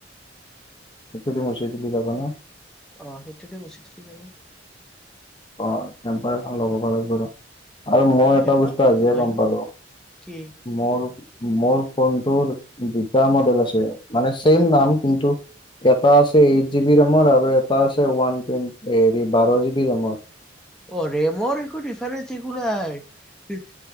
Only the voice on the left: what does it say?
<unintelligible> মুছিদিলে যাব ন
অ তেম্পাৰ এখন লগাব লাগিব ৰ আৰু মই
এটা বস্তু
আজিয়ে
গম
পালো
মোৰ মোৰ ফোনটোৰ দুটা মডেল আছে মানে চেম নাম কিন্তু এটা আছে এইট জিব ৰেমৰ আৰু এটা আছে ওৱান তেন হেৰি বাৰ জিব ৰেমৰ <unintelligible>